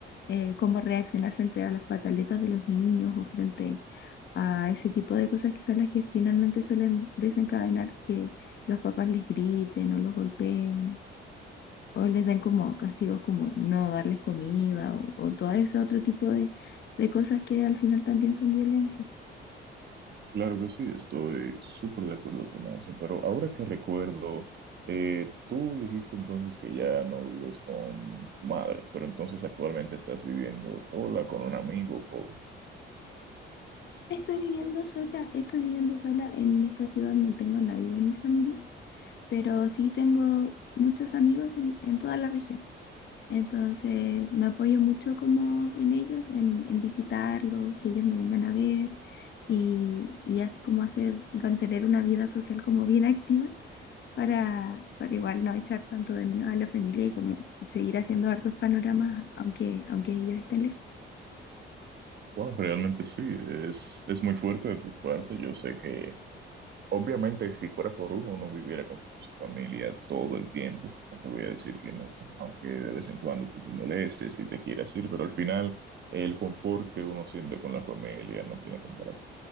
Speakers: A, on the left (about 60°); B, on the right (about 60°).
A: eh, cómo reaccionar frente a las pataletas de los niños o frente a ese tipo de cosas que son las que finalmente suelen desencadenar que los papás les griten o los golpeen o les den como castigos como no darles comida o, o todo ese otro tipo de, de cosas que al final también son violencia.
B: Claro que sí, estoy súper de acuerdo con eso, pero ahora que recuerdo, eh, tú dijiste entonces que ya no vives con tu madre, pero entonces actualmente estás viviendo sola, con un amigo, con...
A: Estoy viviendo sola, estoy viviendo sola en esta ciudad, no tengo a nadie de mi familia, pero sí tengo muchos amigos en, en toda la región. Entonces me apoyo mucho como en ellos, en, en visitarlos, que ellos me vengan a ver y, y así como hacer, mantener una vida social como bien activa para, para igual no echar tanto de menos a la familia y como seguir haciendo hartos panoramas aunque, aunque ellos estén lejos.
B: Wow, realmente sí, es, es muy fuerte de tu parte. Yo sé que Obviamente, si fuera por uno, uno viviera con su familia todo el tiempo. No te voy a decir que no, aunque de vez en cuando tú te molestes y te quieras ir, pero al final el confort que uno siente con la familia no tiene comparación.